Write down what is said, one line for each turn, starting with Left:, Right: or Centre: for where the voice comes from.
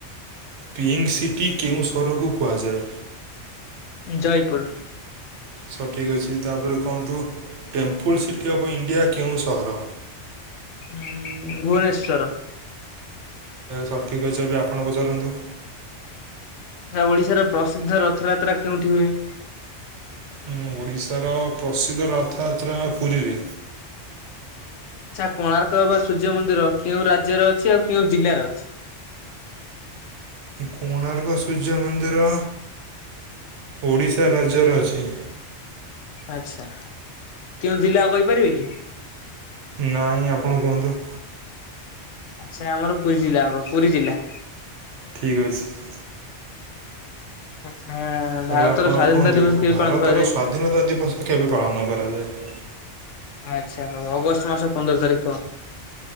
Right: ପିଙ୍କ ସିଟି କେଉଁ ସହରକୁ କୁହାଯାଏ?
Left: ଜୟପୁର।
Right: ସଠିକ୍ ଅଛି ତାପରେ କୁହନ୍ତୁ ଟେମ୍ପୁଲ୍ ସିଟି ଅଫ୍ ଇଣ୍ଡିଆ କେଉଁ ସହର?
Left: ଉୁଁ ଭୁବନେଶ୍ଵର।
Right: ସଠିକ୍ ଅଛି ଏବେ ଆପଣ ପଚାରନ୍ତୁ।
Left: ଆଛା ଓଡିଶାର ପ୍ରସିଦ୍ଧ ରଥଯାତ୍ରା କେଉଠି ହୁଏ?
Right: ଉଁ ଓଡ଼ିଶାର ପ୍ରସିଦ୍ଧ ରଥଯାତ୍ରା ପୁରୀରେ।
Left: ଆଚ୍ଛା କୋଣାର୍କ ବା ସୂର୍ଯ୍ୟ ମନ୍ଦିର କେଉଁ ରାଜ୍ୟରେ ଅଛି ଆଉ କେଉଁ ଜିଲ୍ଲାରେ ଅଛି?
Right: କୋଣାର୍କ ସୂର୍ଯ୍ୟ ମନ୍ଦିର ଓଡ଼ିଶା ରାଜ୍ୟର ଅଛି।
Left: ଆଚ୍ଛା କେଉଁ ଜିଲ୍ଲା କହିପାରିବେ କି?
Right: ନାଇ ଆପଣ କୁହନ୍ତୁ?
Left: ଆସା ଆମର ପୁରୀ ଜିଲ୍ଲା ହବ ପୁରୀ ଜିଲ୍ଲା।
Right: ଠିକ୍ ଅଛି।
Left: ଆଚ୍ଛା।
Right: ତାଲେ
Left: ଭାରତର
Right: ଆପଣ
Left: ସ୍ଵାଧୀନତା
Right: କୁହନ୍ତୁ
Left: ଦିବସ କେବେ
Right: ଭାରତର
Left: ପାଳନ କରାଯାଏ?
Right: ସ୍ୱାଧୀନତା ଦିବସ କେବେ ପାଳନ କରାଯାଏ?
Left: ଆଚ୍ଛା ହଉ ଅଗଷ୍ଟ ମାସ ପନ୍ଦର ତାରିଖ।